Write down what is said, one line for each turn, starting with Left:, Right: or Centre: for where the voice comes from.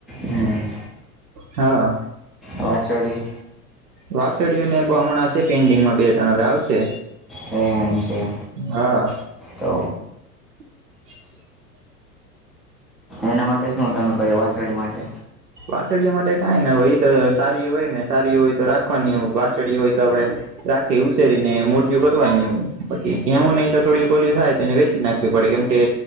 Centre: હમ.
Right: હા.
Centre: વાછડી?
Right: વાછડિયું ને બો હમણાં છે પેન્ડિંગમાં બે-ત્રણ આવશે.
Centre: એવું છે?
Right: હા.
Centre: તો
Right: <unintelligible>
Centre: એના માટે શું તમે કર્યું વાછડી માટે?
Right: પાછળિયા માટે કઈ ને એ તો સારી હોય ને સારી હોય તો રાખવાની પાછળ હોય તો આપડે રાખે ઉસેરી ને મોઢયું કરવાની બાકી એવું નહી તો થડી કોલું થાય તો એને વેચી નાખ પડે કેમ કે